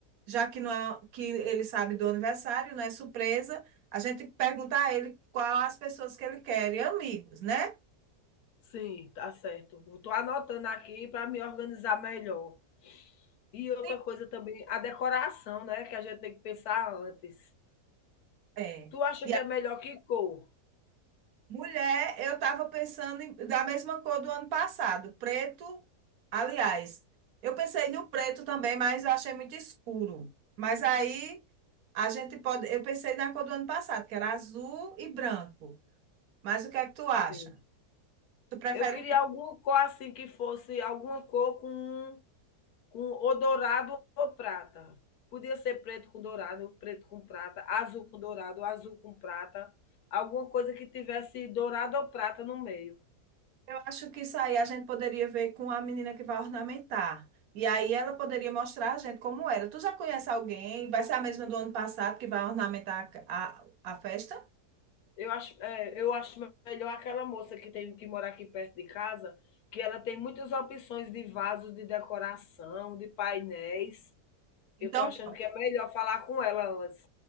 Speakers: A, on the right; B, on the left.
A: já que não é, que ele sabe do aniversário, não é surpresa, a gente tem que perguntar a ele qual as pessoas que ele quer, e amigos, né?
B: sim, tá certo. Eu tô anotando aqui para me organizar melhor. E outra
A: Sim.
B: coisa também, a decoração, né, que a gente tem que pensar antes.
A: É.
B: Tu acha
A: E
B: que
A: a
B: é melhor que cor?
A: mulher, eu estava pensando em- da mesma cor do ano passado, preto, aliás, eu pensei no preto também, mas eu achei muito escuro. Mas aí a gente pode, eu pensei na cor do ano passado, que era azul e branco. Mas o que é que tu acha?
B: Sim.
A: Tu prefere
B: Eu queria
A: o
B: alguma cor, assim, que fosse alguma cor com com ou dourado ou prata. Podia ser preto com dourado, preto com prata, azul com dourado, azul com prata, alguma coisa que tivesse dourado ou prata no meio.
A: Eu acho que isso aí a gente poderia ver com a menina que vai ornamentar. E aí ela poderia mostrar a gente como era. Tu já conhece alguém? Vai ser a mesma do ano passado que vai ornamentar a, a, a festa?
B: Eu acho, é, eu acho melhor aquela moça que tem que morar aqui perto de casa, que ela tem muitas opções de vasos de decoração, de painéis.
A: Então,
B: Eu estou achando
A: pronto.
B: que é melhor falar com ela antes.